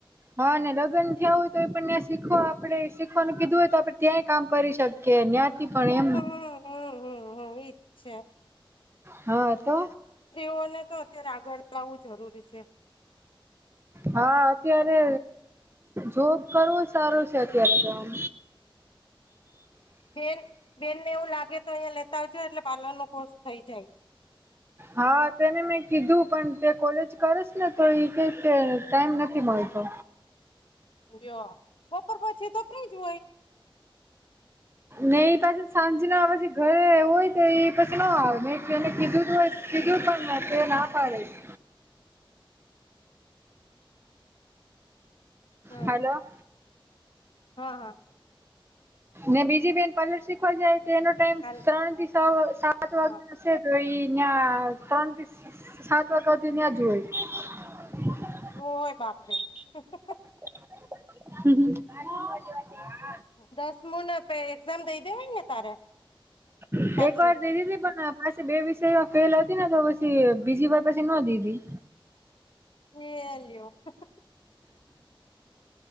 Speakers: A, on the right; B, on the left.
A: હા, અને લગ્ન થયા હોય તો પણ ત્યાં શીખવા આપણે શીખવાનું કીધું હોય તો આપણે ત્યાંય કામ કરી શક કે અહીંયાથી પણ એમ
B: હમ્મ હમ્મ હમ્મ હમ્મ ઇજ છે.
A: હા તો
B: તે ઓને તો અત્યારે આગળ લાવ જરૂરી છે.
A: હા, અત્યારે જોબ કરવો જ સારો છે, અત્યારે તો આમ.
B: બેન બેનને એવું લાગે તો, અહીંયા લેતા આવજો એટલે પાર્લરનો કોર્સ થઈ જાય.
A: હા તેને મેં કીધું પણ તે કોલેજ કરે છે ને, તો ઈ કે ટાઈમ નથી મળતો.
B: જો બપોર પછી તો ફ્ર્રી જ હોય.
A: નહીં પણ પછી સાંજના પછી ઘરે હોય, તો એ પછી ના મે એને કીધું. કીધું પણ તે ના પાડે છે.
B: હમ
A: હલો.
B: હા હા.
A: ને બીજી બેન પૉલર શીખવા જાય, તો એનો ટાઈમ
B: કાલ
A: ત્રણ થી છ સાત વાગ
B: હા
A: છે તો એઈ ત્યાં ત્રણ થી સાત વાગ્યા સુ ત્યાં હોય. <unintelligible>
B: ઓય બાપરે <unintelligible>
A: <unintelligible>
B: દસમુંને પય એક્ઝામ દઈ દેવાય ને તારે
A: હોય
B: પાછી
A: એક વાર દીધી પણ પાછી બે વિષયમાં ફેલ હતી ને તો પછી બીજીવાર પછી નો દીધી.
B: એ લ્યો <unintelligible>